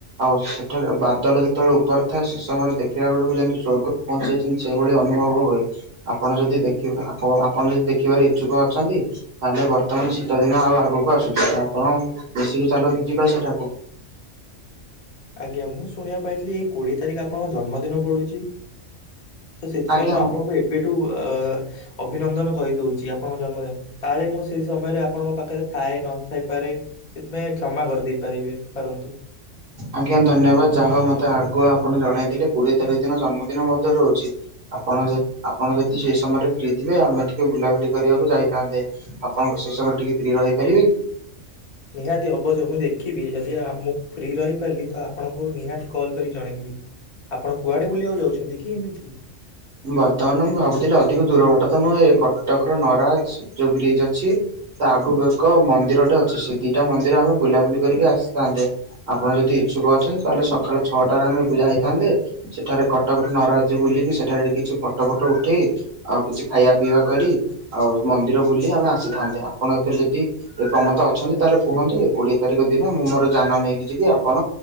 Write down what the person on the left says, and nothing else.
ଆଜ୍ଞା, ମୁଁ ଶୁଣିବାକୁ ପାଇଥିଲି ଏଇ କୋଡିଏ ତାରିଖ ଆପଣଙ୍କ ଜନ୍ମଦିନ ପଡୁଛି। ତ ସେଥିପାଇଁ
ମୁଁ ଆପଣଙ୍କୁ ଏବେଠୁ ଅ ଅଭିନନ୍ଦନ କହିଦଉଛି ଆପଣଙ୍କ ଜନ୍ମଦିନ କାଳେ ମୁଁ ସେଇ ସମୟରେ ଆପଣଙ୍କ ପାଖରେ ଥାଏ ନଥାଇପାରେ। ସେଥିପାଇଁ କ୍ଷମା କରିଦେଇ ପାରିବେ ପାରନ୍ତୁ
ନିହାତି ଅବଶ୍ୟ ମୁଁ ଦେଖିବି ଯଦି ମୁଁ ଆ ମୁଁ ଫ୍ରି ରହିପାରିଲି, ତ ଆପଣଙ୍କୁ ନିହାତି କଲ୍ କରି ଜଣେଇବି। ଆପଣ କୁଆଡ଼େ ବୁଲିବାକୁ ଯାଉଛନ୍ତି କି ଏମିତି?